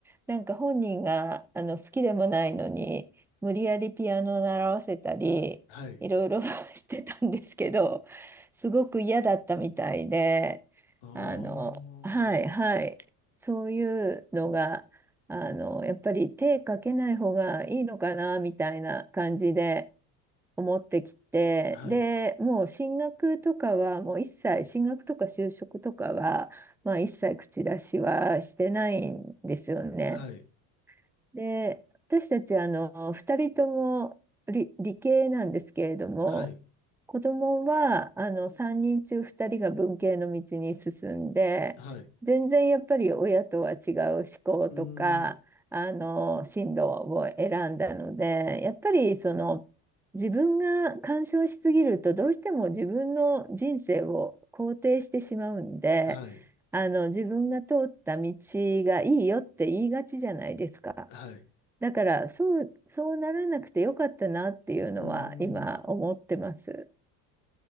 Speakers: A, in the centre; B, on the left.
A: なんか本人があの好きでもないのに無理やりピアノを習わせたりいろいろ
B: はい。
A: <laughs> してたんですけどすごく嫌だったみたいで
B: ああ、
A: あのはいはいそういうのがあのやっぱり手かけない方がいいのかなみたいな感じで思ってきてでもう進学とかはもう一切進学とか就職とかは、
B: はい、
A: まあ、一切口出しはしてないんですよね。
B: はい、
A: で、私たち、あの、二人とも理、理系なんですけれども、
B: はい、
A: 子供は、あの、三人中二人が文系の道に進んで、
B: はい、
A: 全然やっぱり親とは違う思考とか、
B: うーん、
A: あの、進路を選んだので、やっぱり、その、自分が干渉しすぎると、どうしても自分の人生を肯定してしまうんで、
B: はい、
A: あの、自分が通った道がいいよって言いがちじゃないですか。
B: はい、
A: だから、そう、そうならなくてよかったなっていうのは今思ってます。
B: うーん。い